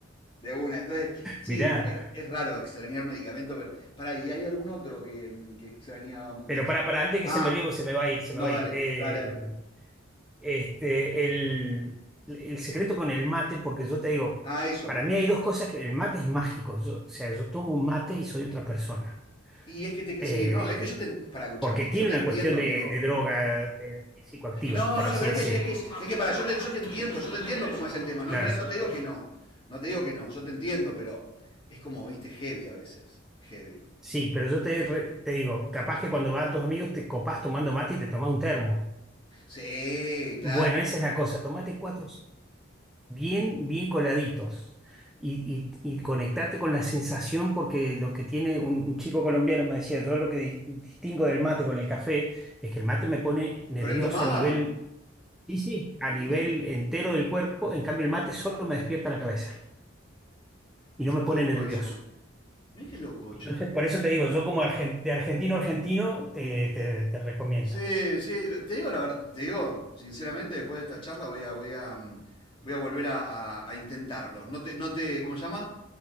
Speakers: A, on the left; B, in the centre.
A: de una. Entonces, sí,
B: Mirá,
A: es, es raro extrañar medicamento, pero. Pará, ¿y hay algún otro que, mm, que extrañaba mucho
B: pero
A: yo?
B: para, para antes
A: Ah,
B: que se me olvide, porque se me va a ir, se
A: no,
B: me va a
A: dale,
B: ir. Eh,
A: dale, dale.
B: este, el, el secreto con el mate, porque yo te digo,
A: Ah, eso.
B: para mí hay dos cosas que el mate es mágico. Yo- o sea, yo tomo un mate y soy otra persona.
A: Y es que te.
B: Eh,
A: Sí, no, es que yo te. Para, escúchame,
B: porque tiene
A: yo te
B: una
A: entiendo,
B: cuestión de,
A: amigo.
B: de droga eh, psicoactiva,
A: No,
B: por
A: no,
B: así
A: pero
B: decir.
A: es que, es que, es que para, yo te, yo te entiendo, yo te entiendo cómo es el tema.
B: Claro.
A: No, no, no te digo que no. No te digo que no, yo te entiendo, pero es como, viste, heavy a veces. Heavy.
B: Sí, pero yo te, re- te digo, capaz que cuando van tus amigos te copás tomando mate y te tomás un termo.
A: Sí, claro.
B: Bueno, esa es la cosa. Tomate cuatro bien, bien coladitos. Y, y, y conectate con la sensación, porque lo que tiene un, un chico colombiano me decía, yo lo que di- distingo del mate con el café es que el mate me pone nervioso
A: Pero él tomaba.
B: a nivel, Sí, sí. a nivel
A: Mirá,
B: entero del cuerpo, en cambio el mate solo me despierta la cabeza y
A: mirá
B: no me
A: qué
B: pone
A: loco
B: nervioso.
A: eso. Mirá qué loco,
B: Entonces,
A: che.
B: por eso te digo, yo como argen- de argentino a argentino te, te, te recomiendo,
A: Sí, sí, te digo la verdad, te digo, sinceramente, después de esta charla voy a, voy a, mm, voy a volver a, a- a intentarlo. No te, no te, ¿cómo se llama?